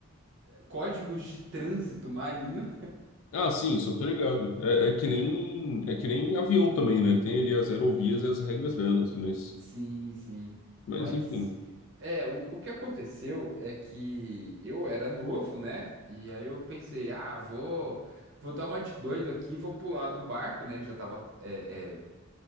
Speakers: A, on the right (about 60°); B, on the left (about 70°).
A: Códigos de trânsito marinho.
B: Ah, sim, isso eu tô ligado. É, é que
A: Tenho.
B: nem, é que nem avião também, né? Tem ali as aerovias e as regras delas, mas,
A: Sim, sim.
B: mas
A: Mas
B: enfim.
A: é, o, o que aconteceu é que eu era novo, né? E aí eu pensei, ah, vou, vou dar uma de doido aqui, vou pular do barco, né? Ele já tava é, é,